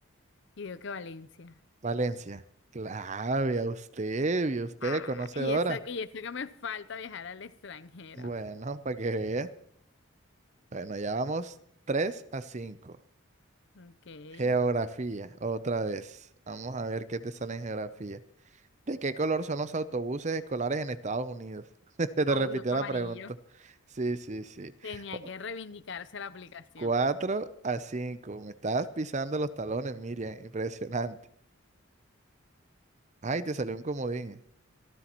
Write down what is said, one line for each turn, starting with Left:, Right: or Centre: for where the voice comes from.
Left: Y digo que Valencia.
Right: Valencia. Claro, vea usted, vea usted,
Left: Ah,
Right: conocedora.
Left: y eso, y eso que me falta viajar al extranjero.
Right: Bueno, para que vea. Bueno, ya vamos 3 a 5.
Left: Ok.
Right: Geografía, otra vez. Vamos a ver qué te sale en geografía. ¿De qué color son los autobuses escolares en Estados Unidos? <laughs> Te
Left: Audio
Right: repitió
Left: Camarillo.
Right: la pregunta. Sí, sí, sí.
Left: Tenía
Right: Cu-
Left: que reivindicarse la aplicación.
Right: 4 a 5. Me estás pisando los talones, Miriam. Impresionante. Ay, te salió un comodín.